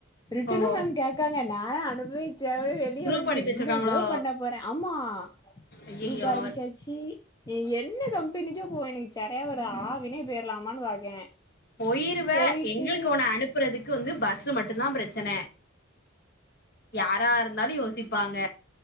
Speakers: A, on the left; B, on the left.
A: ரிட்டனு
B: ஓ
A: மேம் கேக்காங்க நாலா அனுப்பி வேச்சாவே வெளிய
B: குரூப்
A: வந்ட்டு
B: அனுப்பி
A: என்ன
B: வச்சிருக்காங்களோ
A: ஜோ பண்ண போற ஆமா
B: ஐயையோ
A: குரூப் ஆரம்ச்சாச்சு இ நீ என்ன கம்பெனிக்கோ போ எனக்கு செரியா வரு ஆவினே போயிர்லாமான் பாக்கே
B: போயிருவ
A: போயிட்டு
B: எங்களுக்கு ஒன்ன அனுப்புறதுக்கு வந்து பஸ்ஸு மட்டுந்தா பிரச்சன யாரா இருந்தாலு யோசிப்பாங்க